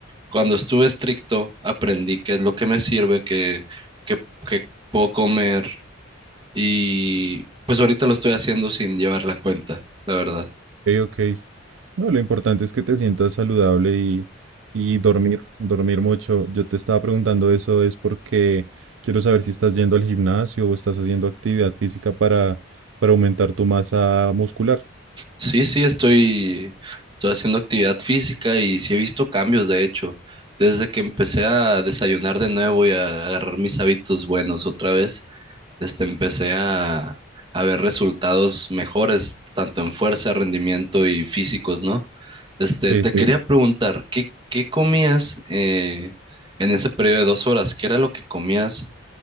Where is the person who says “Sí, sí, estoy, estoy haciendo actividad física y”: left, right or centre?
Right